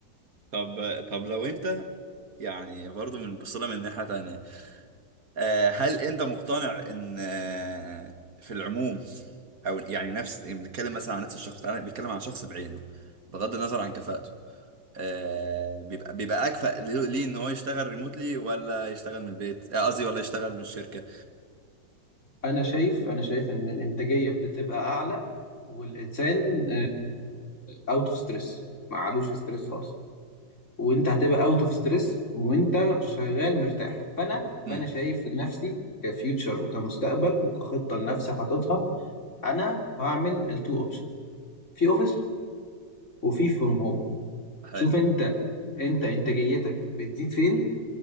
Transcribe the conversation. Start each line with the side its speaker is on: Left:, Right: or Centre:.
Right: طب طب لو انت يعني برضو من بصلة من ناحية تانية آه، هل انت مقتنع ان آه، في العموم او يعني نفس بنتكلم مثلا عن نفس الشخص تعالى بنتكلم عن شخص بعينه بغض النظر عن كفاءته آه بيبقى بيبقى اكفأ ليه ليه ان هو يشتغل ريموتلي ولا يشتغل من البيت آه، قصدي ولا يشتغل من الشركه
Left: انا شايف انا شايف ان الانتاجية بتبقى اعلى والانسان اوت اوف ستريس ما علوش ستريس خالص وانت هتبقى اوت اوف ستريس وانت شغال مرتاح فانا فانا
Right: امم
Left: شايف لنفسي كفيوتشر وكمستقبل وكخطه لنفسي حاططها انا هعمل التو اوبشن في اوفيس وفي فروم هوم
Right: حلو
Left: شوف انت انت انتاجيتك بتزيد فين